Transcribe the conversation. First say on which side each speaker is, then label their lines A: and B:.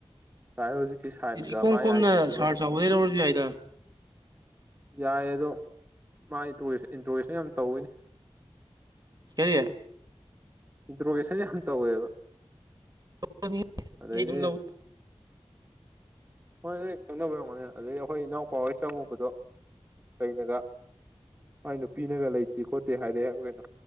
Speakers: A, on the right; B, on the right.
A: <unintelligible>
B: ꯏꯀꯣꯝ
A: ꯃꯥꯏ
B: ꯀꯣꯝꯅ
A: ꯑꯥꯏꯗꯤꯗꯨꯒ
B: ꯁꯥꯔ ꯆꯥꯎꯕꯗꯩ ꯂꯧꯔꯁꯨ ꯌꯥꯏꯗ
A: ꯌꯥꯏ ꯑꯗꯣ ꯃꯥ <unintelligible> ꯏꯟꯇꯔꯦꯁꯟ ꯌꯥꯝ ꯇꯧꯋꯤꯅꯦ
B: ꯀꯔꯤ
A: ꯏꯟꯇ꯭ꯔꯣꯒꯦꯁꯟ ꯌꯥꯝ ꯇꯧꯋꯦꯕ
B: ꯑꯩ
A: ꯑꯗꯩꯗꯤ
B: ꯑꯗꯨꯝ ꯂꯧ
A: ꯍꯣꯏ ꯈꯪꯅꯕ ꯌꯥꯝꯒꯅꯤ ꯑꯗꯩ ꯑꯩꯈꯣꯏ ꯏꯅꯥꯎꯄꯥꯍꯣꯏ ꯆꯪꯉꯨꯕꯗꯣ ꯂꯩꯅꯒ ꯍꯥꯏ ꯅꯨꯄꯤꯅꯒ ꯂꯩꯇꯦ ꯈꯣꯠꯇꯦ ꯍꯥꯏꯔꯦ ꯍꯥꯏꯕ ꯀꯩꯅꯣ